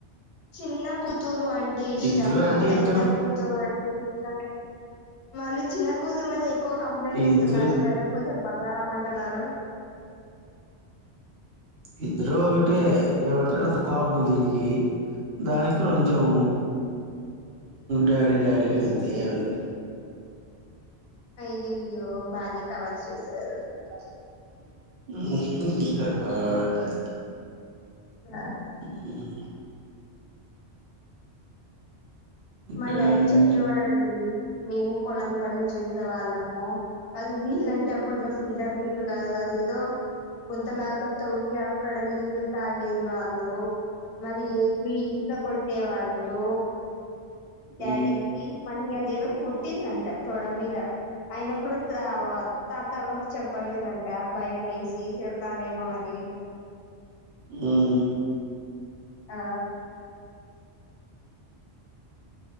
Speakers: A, on the left; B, on the right.
A: చిన్న కూ తురు అంటే ఇష్టమా
B: ఇద్దరు అంటే
A: పెద్ద
B: ఇష్టం
A: కూతు రూ అంటే ఇష్టమే మళ్ళీ చిన్న కూతురు మీద ఎక్కువ కంప్లైంట్లు
B: ఇద్దరు
A: ఇస్తున్నారు పెద్ద కూతురు బంగారం అంటున్నారు
B: ఇద్దరు ఒకటే ఏమంటే అంత కోపం దీనికి దానికి కొంచెం డాడీ డాడీ అని అంతే ఏం లేదు
A: అయ్యయ్యో బానే కవర్ చేశారు
B: <unintelligible>
A: ఆ
B: ఉ ఉమ్,
A: మా డాడీ చెప్పేవాడండి మేము పొలం పనులు చూసే వాళ్ళము అది వీళ్ళంటే ఫడ్ల ఫిల్టర్ నిలు కాదు అదేదో గుంతల ఆగతు ఇ అక్కడ నిలు తాగేది వాళ్ళు మరి ఏట్లు ఈతలు కొట్టే వాళ్ళు డాడీకి
B: ఉమ్,
A: మళ్ళీ అదేదో కుట్టిందంట తోడ మీద ఆయన కూడా తాత అవకి చెప్పలేదంట భయం వేసి తిడతారేమో అని
B: హ్మ్
A: ఆ